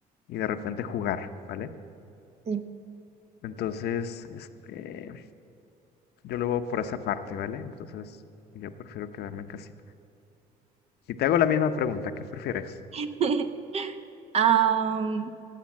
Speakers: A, on the left; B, on the right.
A: y de repente jugar, ¿vale?
B: Sí.
A: Entonces, este, yo lo veo por esa parte, ¿vale? Entonces, yo prefiero quedarme en casita. Y te hago la misma pregunta, ¿qué prefieres?
B: <laughs> Am,